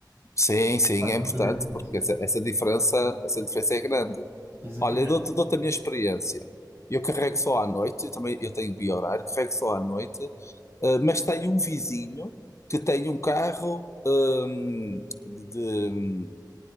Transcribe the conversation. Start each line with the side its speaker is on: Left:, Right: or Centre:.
Left: Sim, sim,
Right: Faz
Left: é
Right: muita
Left: importante,
Right: diferença.
Left: porque essa, essa diferença, essa diferença é grande.
Right: Dizem
Left: Olha,
Right: que é.
Left: eu dou-te dou-te a minha experiência. Eu carrego só à noite, eu também eu tenho bi-horário, carrego só à noite, eh, mas tenho um vizinho que tem um carro hum, de,